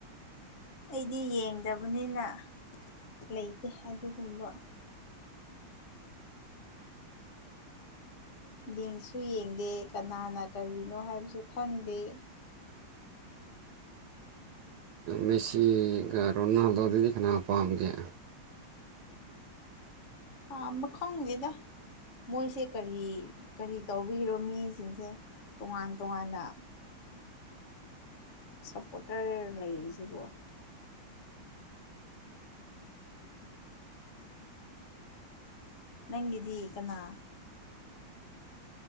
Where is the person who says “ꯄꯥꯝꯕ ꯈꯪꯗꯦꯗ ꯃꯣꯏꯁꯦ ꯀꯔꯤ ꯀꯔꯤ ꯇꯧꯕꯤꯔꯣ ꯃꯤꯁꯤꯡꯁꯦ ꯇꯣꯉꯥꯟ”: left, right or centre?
Left